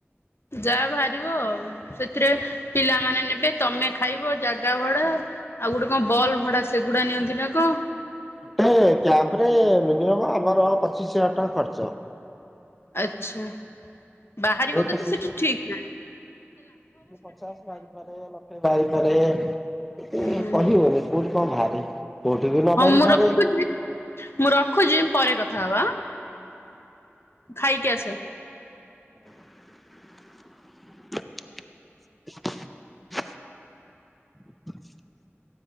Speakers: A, on the left; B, in the centre.
A: ଯାହା ବାହାରିବ ଆଉ ସେଥିରେ ପିଲାମାନେ ନେବେ। ତମେ ଖାଇବ ଜାଗା ଭଡା ଆଉ ଗୋଟେ କଣ ବଲ୍ ଭଡା ସେଗୁଡା ନିଅନ୍ତି ନା ଙ୍କ
B: ଗୋଟେ କ୍ୟାମ୍ପ ରେ ମିନିମମ ଆମର ପଚିଶ ହଜାର ଟଙ୍କା ଖର୍ଚ୍ଚ।
A: ଆଛା ବାହାରିବ
B: କୋଡ଼ିଏ
A: କେତେ
B: ପଚିଶ
A: ସେଠି
B: ହଜାର ଟଙ୍କା
A: ଠିକ ନାଇ।
B: ପଚାଶ ବାହାରି ପରେ ଲକ୍ଷେ ବାହାରି ପାରେ। ସେମିତି
A: ହୁଁ
B: କହି ହୁଏନି କୋଉଠି କଣ ବାହାରେ କୋଉଠି ବି ନ
A: ହଁ
B: ବାହାରିପାରେ।
A: ମୁଁ ରଖୁଛି ମୁଁ ରଖୁଚି ପରେ କଥା ହବା ଆଁ। ଖାଇକି ଆସେ।
B: <inaudible> <unintelligible>